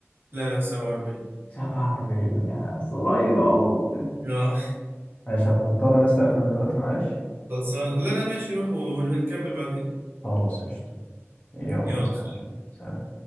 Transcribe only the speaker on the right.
لا لا 47
لا
خلصان لا لا ماشي روح ونكمل بعدين
يلا
سلام